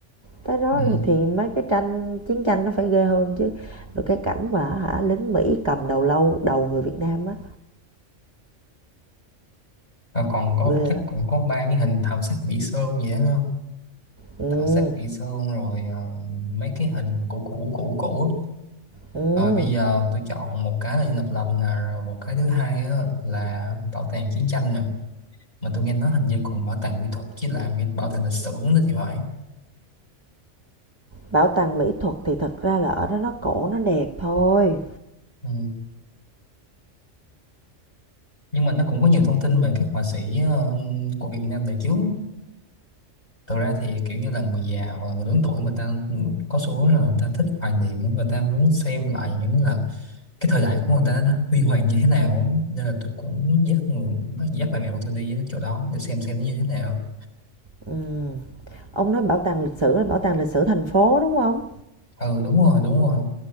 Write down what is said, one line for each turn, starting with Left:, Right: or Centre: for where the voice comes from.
Right: Tới đó
Left: ừ.
Right: rồi thì mấy cái tranh chiến tranh nó phải ghê hơn chứ. Rồi cái cảnh mà hả lính Mỹ cầm đầu lâu đầu người Việt Nam á,
Left: và còn có
Right: ghê
Left: chắc
Right: lắm.
Left: cũng có ba cái hình thảm sát Mỹ Sơn vậy đó không
Right: Ừm,
Left: thảm sát Mỹ Sơn rồi ờ, mấy cái hình cũ cũ cũ cũ á.
Right: ừm.
Left: rồi bây giờ tôi chọn một cái là Dinh Độc Lập nè rồi một cái thứ hai á là bảo tàng chiến tranh nè mà tôi nghe nói hình như còn bảo tàng mỹ thuật chứ là mỹ- bảo tàng lịch sử nữa thì phải
Right: Bảo tàng mỹ thuật thì thật ra là ở đó nó cổ nó đẹp thôi.
Left: ừ. nhưng mà nó cũng có nhiều thông tin về các họa sĩ ờ, của Việt Nam đời trước thực ra thì kiểu như là người già hoặc là người lớn tuổi người ta ừ, có xu hướng là người ta thích hoài niệm người ta muốn xem lại những là cái thời đại của người ta nó huy hoàng như thế nào á. nên là tôi cũng muốn dắt người dắt bà mẹ của tôi đi đến chỗ đó để xem xem nó như thế nào
Right: Ừm. Ông nói bảo tàng lịch sử là bảo tàng lịch sử thành phố, đúng không
Left: ừ đúng rồi đúng rồi